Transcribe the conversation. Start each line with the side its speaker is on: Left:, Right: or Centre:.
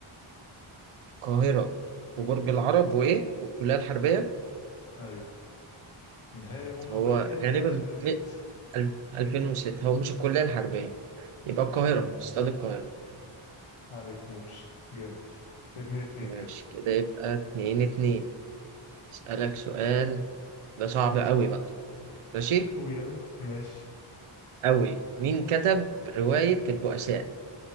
Right: القاهرة وبرج العرب وإيه والكلية الحربية
Left: أيوه نهائي أمم
Right: هو
Left: أفريقيا سنة
Right: غالبا
Left: 2006
Right: م- أل- 2006 هو مش الكلية الحربية يبقى القاهرة
Left: ماشي
Right: استاد القاهرة
Left: عليك نور جامد اتنين اتنين
Right: ماشي
Left: كده
Right: كده يبقى اتنين اتنين أسألك سؤال ده صعب أوي بقى ماشي
Left: أوي أوي ماشي
Right: أوي مين كتب رواية البؤساء